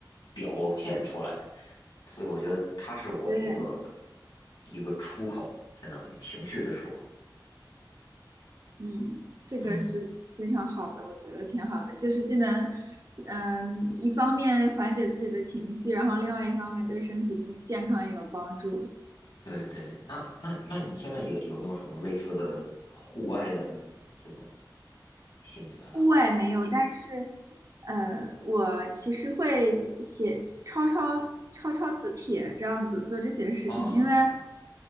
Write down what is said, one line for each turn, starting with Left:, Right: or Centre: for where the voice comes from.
Left: 表现出来。所以我觉得它是我一个
Right: 对，
Left: 一个出口，相当于情绪的出口。
Right: 嗯，这个是
Left: 嗯，
Right: 非常好的，我觉得挺好的，就是既能，嗯，一方面缓解自己的情绪，然后另外一方面对身体健健康也有帮助。
Left: 对对，那那那你现在有有没有什么类似的户外的这种兴趣爱好？
Right: 户外没有，但是，呃，我其实会写抄抄抄抄字帖这样子做这些事情，
Left: 啊，
Right: 因为